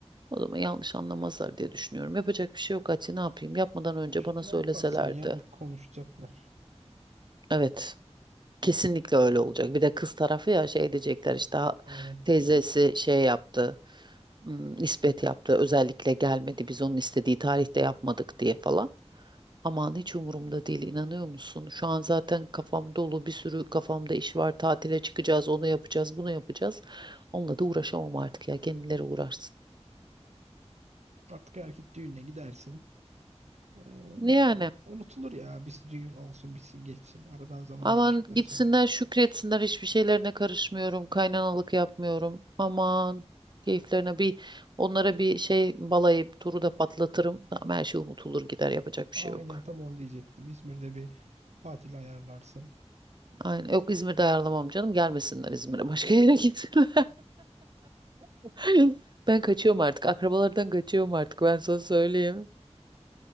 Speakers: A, on the right (about 40°); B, on the right (about 75°).
A: o zaman yanlış anlamazlar diye düşünüyorum. Yapacak bir şey yok Hatice, ne yapayım? Yapmadan önce
B: İşte
A: bana söyleselerdi.
B: ne yaparsan yap konuşacaklar.
A: Evet. Kesinlikle öyle olacak. Bir de kız tarafı ya şey diyecekler işte "Ha,
B: Aynen.
A: teyzesi şey yaptı. Hmm, nispet yaptı. Özellikle gelmedi biz onun istediği tarihte yapmadık diye falan. Aman hiç umurumda değil inanıyor musun? Şu an zaten kafam dolu bir sürü kafamda iş var. Tatile çıkacağız, onu yapacağız, bunu yapacağız. Onunla da uğraşamam artık ya kendileri uğraşsın.
B: Artık erkek düğününe gidersin. Ee,
A: Yani
B: unutulur ya. Biz düğün olsun bitsin geçsin. Aradan zaman
A: aman
B: geçtikten
A: gitsinler
B: sonra.
A: şükretsinler hiçbir şeylerine karışmıyorum. Kaynanalık yapmıyorum. Aman keyiflerine bir onlara bir şey balayıp turu da patlatırım. Tamam, her şey unutulur gider yapacak bir
B: Aynen
A: şey yok.
B: tam onu diyecektim. İzmir'de bir tatil ayarlarsın.
A: Aynen. Yok İzmir'de ayarlamam canım. Gelmesinler İzmir'e. Başka yere gitsinler. <laughs> Ben kaçıyorum artık. Akrabalardan kaçıyorum artık. Ben sana söyleyeyim.